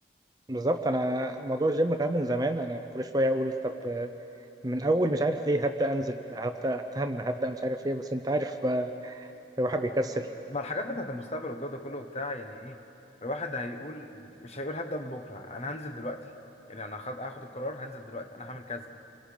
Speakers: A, on the right; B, on the left.
A: بالظبط انا موضوع الجيم كمان من زمان انا كل شويه اقول طب آه، من اول مش عارف ايه هبدا انزل هبدا اهتم هبدا مش عارف ايه بس انت عارف بقى الواحد بيكسل
B: ما الحاجات بتاعت المستقبل والجو ده كله وبتاع يعني ايه الواحد هيقول مش هيقول هبدأ من بكرة انا هنزل دلوقتي يعني انا هاخد هاخد القرار هنزل دلوقتي انا هعمل كذا